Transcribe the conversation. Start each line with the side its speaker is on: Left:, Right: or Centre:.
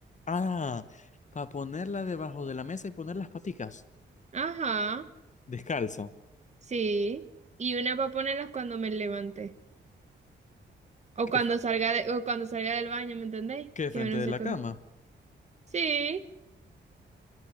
Left: Ah, para ponerla debajo de la mesa y poner las paticas.
Right: Ajá,
Left: Descalza.
Right: sí. Y una para ponerlas cuando me levante. O
Left: Que,
Right: cuando salga de- o cuando salga del baño, ¿me entendéis?
Left: que
Right: Que
Left: frente
Right: no
Left: de
Right: sé
Left: la
Right: qué.
Left: cama.
Right: Sí,